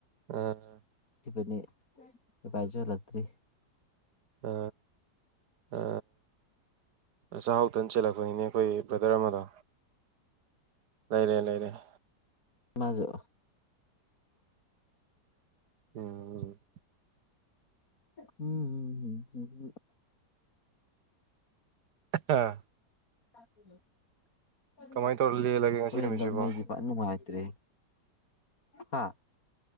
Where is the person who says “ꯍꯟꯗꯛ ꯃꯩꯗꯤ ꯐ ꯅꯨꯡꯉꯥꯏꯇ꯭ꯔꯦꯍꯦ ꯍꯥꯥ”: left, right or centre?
Left